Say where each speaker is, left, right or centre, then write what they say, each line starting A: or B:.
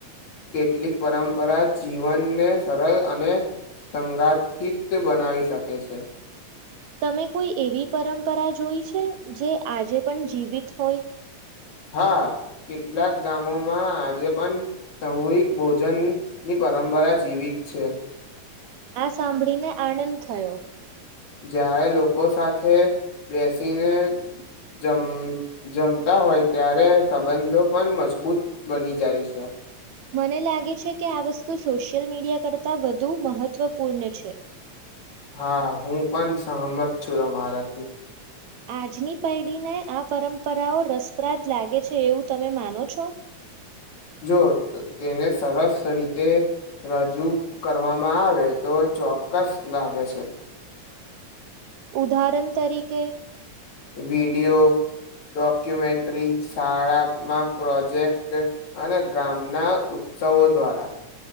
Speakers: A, on the left; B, on the right.
A: કેટલીક પરંપરા જીવનને સરળ અને સંગાઠિત બનાવી શકે છે.
B: તમે કોઈ એવી પરંપરા જોઈ છે, જે આજે પણ જીવિત હોય.
A: હા કેટલાક ગામોમાં આજે પણ સામૂહિક ભોજનની પરંપરા જીવિત છે.
B: આ સાંભળીને આનંદ થયો.
A: જ્યારે લોકો સાથે બેસીને જમ જમતા હોય ત્યારે સંબંધો પણ મજબૂત બની જાય છે.
B: મને લાગે છે કે આ વસ્તુ સોશિયલ મીડિયા કરતાં વધુ મહત્વપૂર્ણ છે
A: હા હું પણ સહમત છું તમારાથી
B: આજની પૈઢીને આ પરંપરાઓ રસપ્રાદ લાગે છે એવું તમે માનો છો
A: જો તેને સરસ રીતે રજૂ કરવામાં આવે તો ચોક્કસ લાગે છે
B: ઉદાહરણ તરીકે
A: વિડિયો ડોક્યુમેન્ટ્રી શાળામાં પ્રોજેક્ટ અને ગામના ઉત્સવો દ્વારા